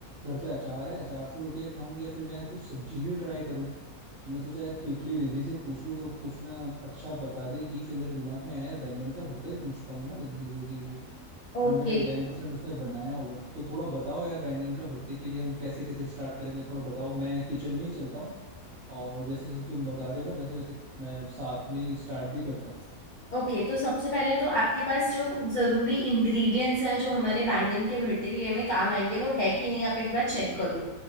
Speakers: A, on the right; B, on the left.
A: घर पे अचार है अचार से रोटियां खाऊं या फिर मैं यार कुछ सब्जी ही ट्राई करूं तो मैं सोचा यार क्विकली रिद्धि से पूछ लूं तो कुछ ना अच्छा बता दे कि फिर मेरे दिमाग में आया यार बैंगन का भरता ही पूछता हूँ ना रिद्धि से कि वो
B: ओके
A: हंड्रेड एंड टेन परसेंट उसने बनाया होगा तो थोड़ा बताओ यार बैंगन का भरते के लिए हम कैसे कैसे स्टार्ट करें मैं थोड़ा बताओ मैं किचन में ही चलता हूँ और जैसे जैसे तुम बता रहे हो ना वैसे वैसे मैं साथ में ही स्टार्ट भी करता हूँ
B: ओके तो सबसे पहले तो आपके पास जो जरूरी इंग्रेडिएंट्स है जो हमारे बैंगन के भरते के लिए हमें काम आएंगे वो है कि नहीं आप एक बार चेक कर लो